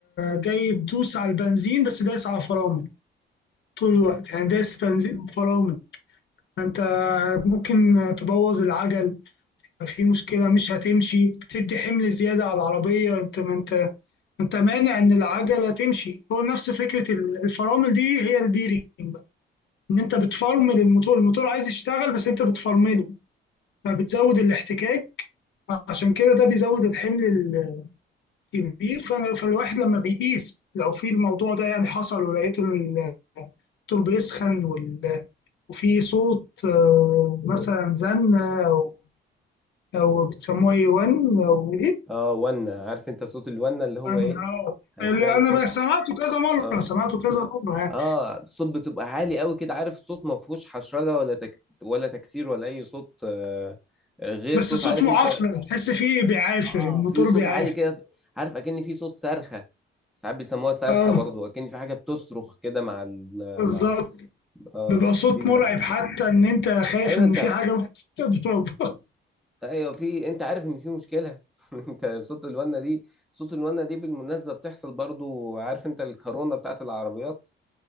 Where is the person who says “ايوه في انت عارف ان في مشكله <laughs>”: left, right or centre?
Centre